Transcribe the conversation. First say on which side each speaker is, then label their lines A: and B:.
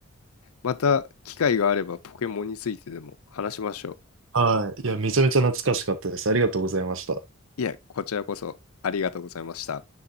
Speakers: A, on the left; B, on the right.
A: また機会があればポケモンについてでも話しましょう。
B: はい。いや、めちゃめちゃ懐かしかったです。ありがとうございました。
A: いえ、こちらこそありがとうございました。